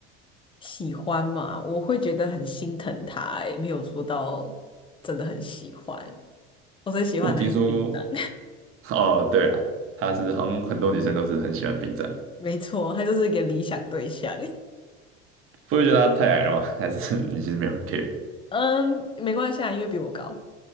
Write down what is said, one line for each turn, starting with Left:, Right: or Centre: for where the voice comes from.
Left: 喜欢嘛，我会觉得很心疼他、欸，没有说到真的很喜欢。我最喜欢的还是冰长，
Right: 因为我听说 <laughs>，哦，对了，她是好像很多女生都是很喜欢冰战，
Left: <laughs> 没错，他就是一个理想对象。
Right: 不会觉得她太矮了吗？还是 <laughs> 你其实没有很 care？
Left: 嗯，没关系啊，因为比我高，